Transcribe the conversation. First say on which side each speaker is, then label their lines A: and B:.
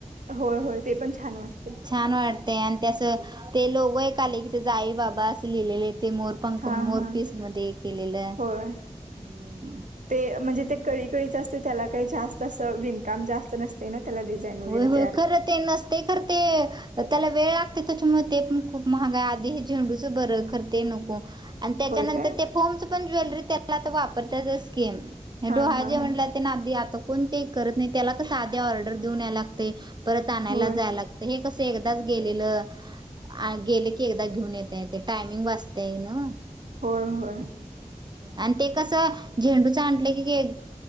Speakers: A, on the right; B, on the right.
A: हो हो ते पण छान वाटते.
B: छान वाटतेय आणि त्यासं ते लोगो एक आले की ते जाई बाबा असं लिहिलेले. ते मोरपंक
A: हा
B: मोरपीस
A: हा
B: मध्ये केलेलं
A: होय.
B: हम्म.
A: ते म्हणजे ते कळीकळीच असते त्याला काही जास्त असं विणकाम जास्त नसते ना त्याला. वर
B: होय होय
A: त
B: खरं ते नसते खरं ते त्याला वेळ लागते त्याच्यामुळे ते पण खूप महाग आहे आधी हे झेंडूच बर करते नको. आणि त्याच्यानंतर
A: होय काय
B: ते फोर्मच पण ज्वेलरी त्याला आ वापरताच स्किम
A: हा
B: डोहाळे
A: हा
B: जेवायला
A: हा
B: म्हणला. नाधी आता कोण ते करत नाही त्याला क साधी ऑर्डर देऊन या लागते परत आणायला
A: होय
B: जाय लागते. तर हे कसं एकदाच गेलेलं गेले की एकदा घेऊन येतय ते टायमिंग वाजतय ना,
A: होय होय.
B: आणि ते कसं झेंडूचं आणलं की